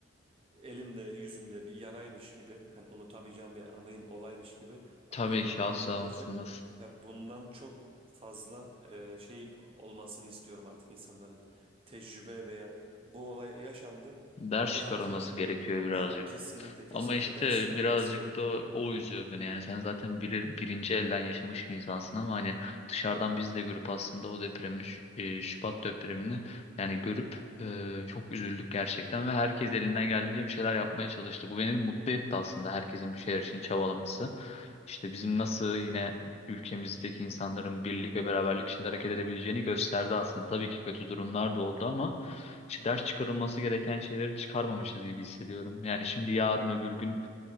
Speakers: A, on the right; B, on the left.
A: elimde yüzümde bir yaraymış gibi hani unutamayacağım bir anayım olaymış gibi
B: Tabii
A: a-
B: ki
A: aklımda
B: asla
A: kalacak.
B: unutulmaz.
A: Ya bundan çok fazla e, şey olmasını istiyorum artık insanların tecrübe veya bu olay yaşandı
B: Ders
A: bir dahaki
B: çıkarılması
A: için
B: gerekiyor
A: de
B: birazcık.
A: kesinlikle kesinlikle
B: Ama işte
A: ders çıkarılması
B: birazcık
A: gerekiyor.
B: da o üzüyor beni yani sen zaten bir, birinci elden yaşamış bir insansın ama hani dışarıdan biz de görüp aslında o depremi Ş- e, Şubat depremini yani görüp e, çok üzüldük gerçekten ve herkes elinden geldiğince bir şeyler yapmaya çalıştı. Bu beni mutlu etti aslında herkesin bir şeyler için çabalaması. İşte bizim nasıl yine ülkemizdeki insanların birlik ve beraberlik içinde hareket edebileceğini gösterdi aslında. Tabii ki kötü durumlar da oldu ama işte ders çıkarılması gereken şeyleri çıkarmamışız gibi hissediyorum. Yani şimdi yarın öbür gün